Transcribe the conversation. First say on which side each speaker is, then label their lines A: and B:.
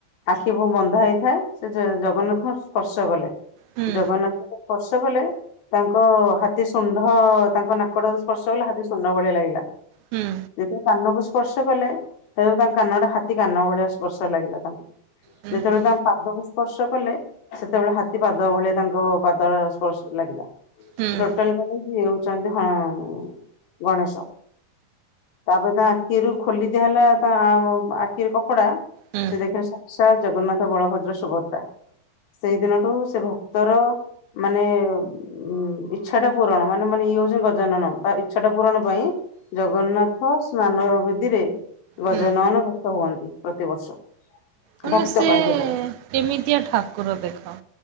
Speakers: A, on the left; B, on the right.
A: ଆଖି ପା ବନ୍ଧା ହେଇଥାଏ, ସେ ଜଗନ୍ନାଥଙ୍କୁ ସ୍ପର୍ଶ କଲେ
B: ହୁଁ
A: ଜଗନ୍ନାଥର୍ ତାଙ୍କ ହାତୀ ସୁଣ୍ଢ ତାଙ୍କ ନାକଟ ଯଦି ସ୍ପର୍ଶ କଲା ହାତୀ ସୁଣ୍ଢ ଭଳିଆ ଲାଗିଲା
B: ହୁଁ
A: ଦେଖି ସା ସ୍ପର୍ଶ କଲେ ତ ତାଙ୍କ କାନଟା ହାତୀ କାନ ଭଳିଆ ସ୍ପର୍ଶ ଲାଗିଲା ତାଙ୍କୁ
B: ହୁଁ
A: ଯେତେବେଳେ ତାଙ୍କ ପାଦକୁ ସ୍ପର୍ଶ କଲେ ସେତେବେଳେ ହାତୀ ପାଦ ଭଳିଆ ତାଙ୍କ ପାଦ ସ୍ପର୍ଶ ଲାଗିଲା
B: ହୁଁ।
A: ସେ ଟଟଆଲି <unintelligible> ହଁ ଗଣେଶ ତାପରେ ତା ଆଖିରୁ ଖୋଲି ଦିଆହଲା ଅ ତା ଆଖି କପଡା
B: ହୁଁ।
A: ସେ ଦେଖି ଜଗନ୍ନାଥ, ବଳଭଦ୍ର, ସୁଭଦ୍ରା ସେଇ ଦିନଠୁ ସେ ଭକ୍ତର ମାନେ ଉ ଇଚ୍ଛାଟା ପୂରଣ ମାନେ ମାନେ ଇଏ ହଉଛି, ଗଜାନନ ବା ଇଚ୍ଛାଟା ପୂରଣ ପାଇଁ ଜଗନ୍ନାଥ ସ୍ନାନ ଅବଧିରେ ଗଜନନ
B: ହୁଁ
A: ବ୍ୟସ୍ତ ହୁଅନ୍ତି, ପ୍ରତିବର୍ଷ।
B: ମାନେ
A: ଭକ୍ତ
B: ସେ
A: ପାଇଁ କେବଳ
B: କେମିତିଆ ଠାକୁର ଦେଖ